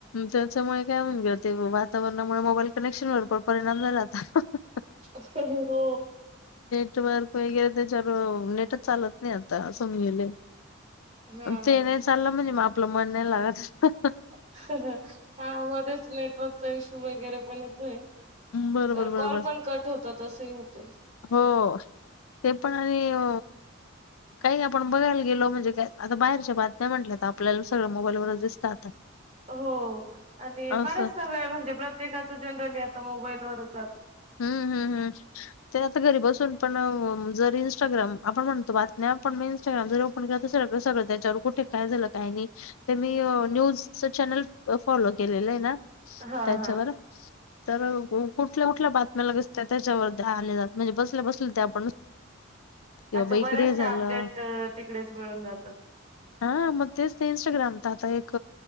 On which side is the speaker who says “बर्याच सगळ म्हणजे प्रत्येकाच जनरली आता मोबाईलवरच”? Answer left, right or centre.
Right